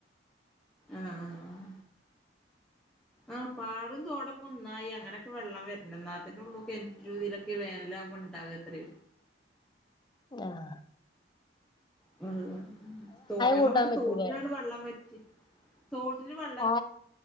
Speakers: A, in the centre; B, on the left (about 25°).
A: ആഹ് ആഹ പാടും തോടൊക്കെ ഒന്നായി, അങ്ങനെയൊക്കെ വെള്ളം വരണ എന്നാത്തിന്റെ ഉള്ള ഒക്കെ എ <unintelligible> രീതിലൊക്കെ വേനലകുമ്പോ ഇണ്ടാകത്രേ.
B: ആഹ
A: കൊള്ളാ തോടങ്ങ
B: കൂട്ടാൻ
A: വട്ട്
B: പറ്റൂലേ
A: തോട്ടിലാണ് വെള്ളം പറ്റി, തോട്ടില് വെള്ളം.
B: ആ